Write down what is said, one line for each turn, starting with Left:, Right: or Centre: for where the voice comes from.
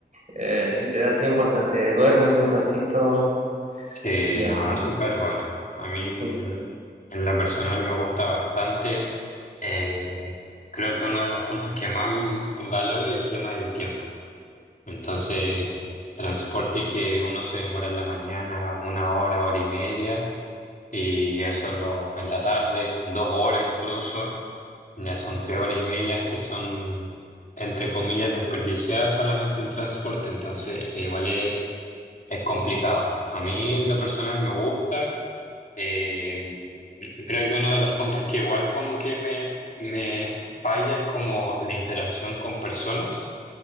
Right: eh, si te da tiempo, hasta te duermes un ratito
Left: Sí,
Right: y
Left: no,
Right: así.
Left: es súper bueno. A mí, en
Right: Súper.
Left: lo personal, me gusta bastante. Eh, creo que uno de los puntos que más valoro es el tema del tiempo. Entonces, transporte que uno se demora en la mañana una hora, hora y media, y eso lo, en la tarde, dos horas incluso, ya son tres horas y media que son, entre comillas, desperdiciadas solamente en transporte, entonces igual es, es complicado. A mí en lo personal me gusta, eh, creo que uno de los puntos que igual como que me, me falla es como la interacción con personas,